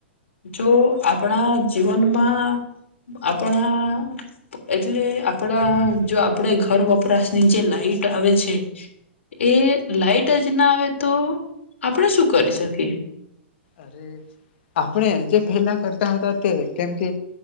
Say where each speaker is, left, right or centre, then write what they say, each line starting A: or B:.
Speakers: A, on the left; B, on the left.
A: જો આપણા જીવનમાં આપણા એટલે આપણા જો આપણે ઘર વપરાશની જે લાઈટ આવે છે એ લાઈટ જ ના આવે તો આપણે શું કરી શકીએ.
B: અરે આપણે જે પેલા કરતા હતા તે કેમકે